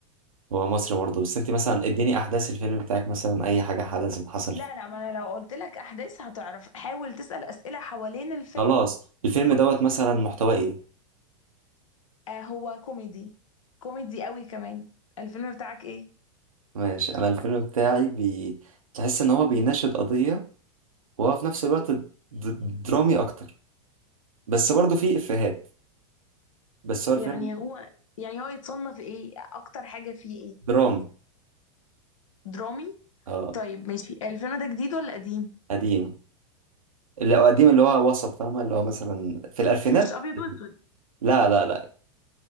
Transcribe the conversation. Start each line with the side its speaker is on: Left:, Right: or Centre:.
Right: هو مصري برضه بس انت مثلا اديني احداث الفيلم بتاعك مثلا اي حاجة حدثت حصل
Left: لا
Right: فيه
Left: لا ما انا لو قلت قلت لك احداث هتعرف حاول تسال اسئله حوالين الفيلم
Right: خلاص الفيلم دوت مثلا محتواه ايه
Left: آه هو كوميدي كوميدي قوي كمان الفيلم بتاعك ايه
Right: ماشي انا الفيلم بتاعي بي... تحس ان هو بيناشد قضية وهو في نفس الوقت د... درامي اكتر بس برضه فيه افيهات بس هو الفيلم
Left: يعني هو يعني هو يتصنف ايه اكتر حاجة فيه ايه
Right: دراما
Left: درامي
Right: اه
Left: طيب ماشي الفيلم ده جديد ولا قديم
Right: قديم اللي هو قديم اللي هو وسط فاهمة اللي هو مثلا في الألفينات
Left: مش ابيض واسود
Right: لا لا لا